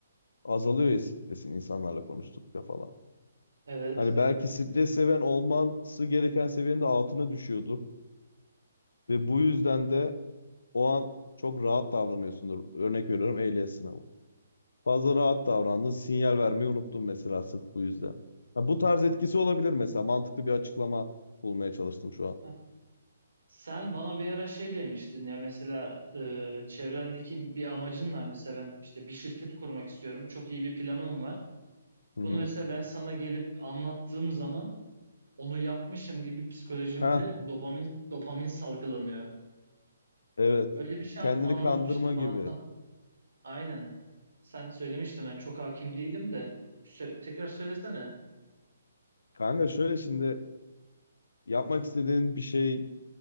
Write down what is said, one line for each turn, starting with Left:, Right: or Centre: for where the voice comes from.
Left: azalıyor ya stresin insanlarla konuştukça falan.
Right: Evet.
Left: Hani belki stres seven olması gereken seviyenin de altına düşüyordur ve bu yüzden de o an çok rahat davranıyorsundur. Örnek veriyorum ehliyet sınavı. Fazla rahat davrandın, sinyal vermeyi unuttun mesela sırf bu yüzden. Ha, bu tarz etkisi olabilir mesela. Mantıklı bir açıklama bulmaya çalıştım şu an.
Right: Heh. Sen bana bir ara şey demiştin ya mesela e, çevrendeki bir amacın var mesela ben işte bir şirket kurmak istiyorum. Çok iyi bir planım var.
Left: Hı hı.
Right: Bunu mesela ben sana gelip anlattığım zaman onu yapmışım gibi psikolojimde
Left: Ha
Right: dopamin dopamin salgılanıyor.
Left: evet.
Right: Öyle bir şey
Left: Kendini
Right: an- anlatmıştın
Left: kandırma gibi.
Right: bana. Aynen. Sen söylemiştin ben çok hakim değilim de Sö- tekrar söylesene.
Left: Kanka şöyle şimdi yapmak istediğin bir şey